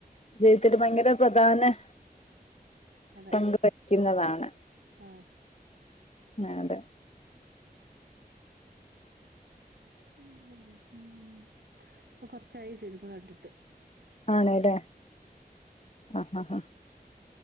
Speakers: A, on the left; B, on the right.
A: ജീവിതത്തിൽ ഭയങ്കര പ്രധാന
B: അതെ,
A: പങ്ക് വഹിക്കുന്നതാണ്
B: ആഹ്
A: ആ അതെ.
B: ഉം ഉം ഇപ്പൊ കൊർച്ചായി സിനിമ കണ്ട്ട്ട്.
A: ആണ് ലെ ഹ ഹ ഹ